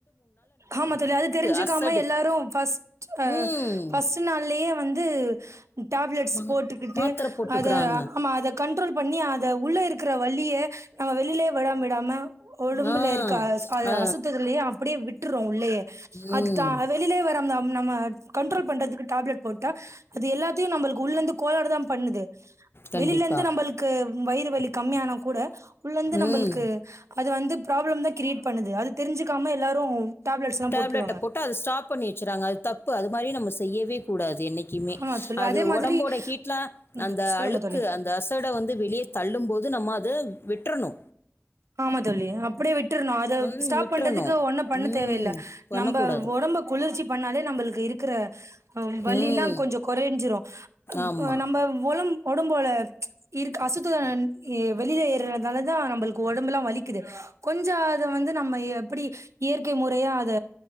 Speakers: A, on the right; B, on the left.
A: ஆமா தோழி அது தெரிஞ்சுக்காம
B: அசடு
A: எல்லாரு ஃபஸ்ட்டு ஆ ஃபஸ்
B: ம்
A: ஃபர்ஸ்ட் நாள்ளயே வந்து டேப்லெட்ஸ்
B: மா-
A: போட்டுக்கிட்டு
B: மாத்திரை போட்டுக்கிறாங்க
A: அத ஆமா அத கண்ட்ரோல் பண்ணி அத உள்ள இருக்கற வலிய நம்ம வெளிலயே விடா விடாம ஓடம்புல
B: ஆ
A: இருக்க அ
B: ஆ,
A: அசுத்தத்துலயு அப்டியே விட்டுறோ உள்ளயே
B: ம்
A: அது தா வெளிலயே வராம ஆ நம்ம கண்ட்ரோல் பண்றதுக்கு டேப்லெட் போட்டா அது எல்லாத்தையு நம்மளுக்கு உள்ளந்து கோலார் தா பண்ணுது
B: கண்டிப்பா
A: வெளிலேந்து நம்மளளுக்கு வயிறு வலி கம்மியானா கூட உள்ளந்து நம்மளுக்கு
B: ம்
A: அது வந்து ப்ராப்ளம் தா கிரியேட் பண்ணுது அது தெருஞ்சுக்காம எல்லாரு டேப்லெட்ஸ் எல்லா
B: டேப்லெட்ட
A: போட்டுருக்காங்க
B: போட்டு அத ஸ்டாப் பண்ணி வச்சுறாங்க அது தப்பு அது மாரி நம்ம செய்யவே கூடாது என்னை க்குமே
A: ஆமா தோழி
B: அது
A: அதே மாதிரி
B: ஒடம்போட ஹீட்ல
A: ம்
B: அந்த
A: சொல்லுங்க
B: அழுக்கு
A: தோழி
B: அந் த அசட வந்து வெளிய தள்ளும் போது நம்ம அத விட்றணு
A: ஆமா தோழி அப்டியே விட்றணு அத
B: ம்
A: ஸ்டாப்
B: விட்டுறணும்
A: பண்றதுக்கு ஒன்னு பண்ண
B: ம்
A: தேவயில்ல
B: பண்ணக்கூடாது
A: நம்ம ஒடம்ப குளிர்ச்சி பண்ணாலே நம்மளுக்கு இருக்குற ஆ வலில்லா
B: ம்
A: கொஞ்சோ கொறேஞ்சிரு அ
B: ஆமாம்
A: நம்ம ஒலம் ஒடம்போல இருக் அசுத்தன் வெளிய ஏறதால தா நம்பளுக் ஒடம்பல்லா வலிக்குது கொஞ்ச அத வந்து நம்ம எப்டி இயற்கை முறையா அத